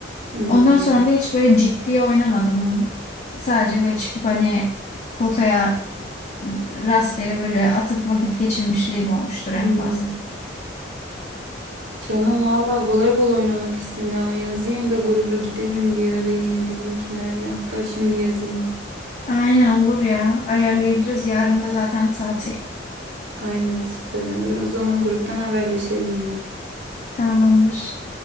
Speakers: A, on the right (about 85°); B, on the left (about 40°).
A: Hı.
B: Ondan sonra da hiç böyle ciddiye oynamadım. Sadece böyle çıkıp hani potaya rastgele böyle atıp vakit geçirmişliğim olmuştur
A: Hı.
B: en fazla.
A: Canım valla voleybol oynamak istedi. ha. Yazayım da gruba gidelim bir ara yine bizimkilerle. Hatta şimdi yazayım.
B: Aynen olur ya. Ayarlayabiliriz. Yarın da zaten tatil.
A: Aynen süper olur. O zaman gruptan haberleşelim yine.
B: Tamamdır.